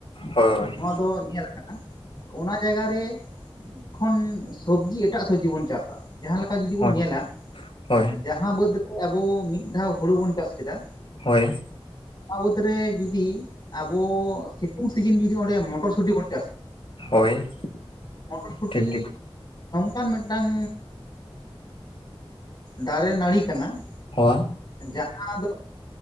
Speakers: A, on the left; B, on the left.
A: ᱦᱳᱭ
B: ᱱᱚᱣᱟ ᱫᱚ ᱧᱮᱞ ᱠᱟᱱᱟ ᱾ ᱚᱱᱟ ᱡᱟᱭᱜᱟ ᱨᱮ ᱠᱷᱚᱱ ᱥᱚᱵᱽᱡᱤ ᱮᱴᱟᱜ ᱥᱚᱵᱽᱡᱤ ᱵᱚᱱ ᱪᱟᱥᱟ ᱾ ᱡᱟᱦᱟᱸ ᱞᱮᱠᱟ ᱡᱩᱫᱤ
A: ᱦᱳᱭ
B: ᱵᱚᱱ ᱧᱮᱞᱟ
A: ᱦᱳᱭ
B: ᱡᱟᱦᱟᱸ ᱵᱟᱹᱫᱽ ᱨᱮ ᱟᱵᱚ ᱢᱤᱫ ᱫᱷᱟᱣ ᱦᱩᱲᱩ ᱵᱚᱱ ᱪᱟᱥ ᱠᱮᱫᱟ
A: ᱦᱳᱭ
B: ᱚᱱᱟ ᱵᱟᱹᱫᱽ ᱨᱮ ᱡᱩᱫᱤ ᱟᱵᱚ ᱥᱤᱛᱩᱝ ᱥᱤᱡᱤᱱ ᱡᱩᱫᱤ ᱚᱸᱰᱮ ᱢᱚᱴᱚᱨ ᱥᱩᱴᱤ ᱵᱚᱱ
A: ᱦᱳᱭ
B: ᱢᱚᱴᱨᱚ ᱥᱩᱴᱤ
A: ᱴᱷᱤᱠ ᱴᱷᱤᱠ
B: ᱱᱚᱝᱠᱟᱱ ᱢᱤᱫᱴᱟᱝ ᱫᱟᱨᱮ ᱱᱟᱹᱲᱤ ᱠᱟᱱᱟ ᱾
A: ᱦᱳᱭ
B: ᱡᱟᱦᱟᱸ ᱫᱚ